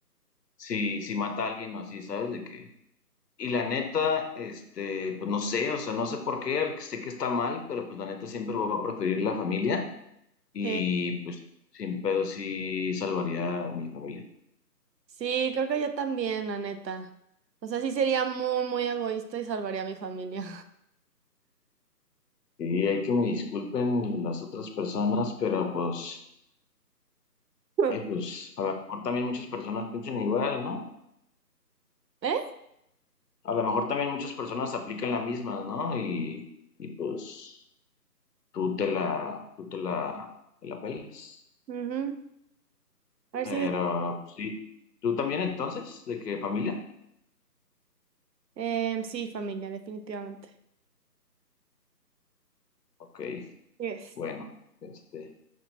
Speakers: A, on the left; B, on the right.
A: si, si mata a alguien o así, ¿sabes? De que, y la neta, este, pues no sé, o sea, no sé por qué, sé que está mal, pero pues la neta siempre voy a preferir la familia. y
B: Sí,
A: pues sin pedo sí salvaría a mi familia.
B: sí, creo que yo también, la neta. O sea, sí sería muy, muy egoísta y salvaría a mi familia.
A: Y hay que me disculpen las otras personas, pero pues,
B: <laughs>
A: ay, pues a lo mejor también muchas personas piensan igual, ¿no?
B: ¿Eh?
A: A lo mejor también muchas personas aplican la misma, ¿no? Y, y pues tú te la, tú te la, te la pelas.
B: Ujú. A ver
A: Pero
B: si...
A: pues, sí, ¿tú también entonces? ¿De qué familia?
B: Em, sí, familia, definitivamente.
A: Ok,
B: Yes.
A: bueno, este,